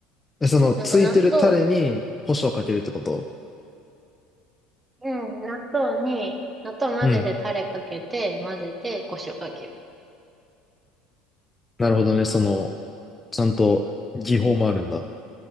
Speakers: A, on the left (about 15°); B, on the right (about 20°).
A: えその、ついてるタレに胡椒をかけるってこと
B: なんか納豆、うん、納豆に、納豆混ぜてタレかけて、
A: うん。
B: 混ぜて、胡椒かける。
A: なるほどね。その、ちゃんと技法もあるんだ。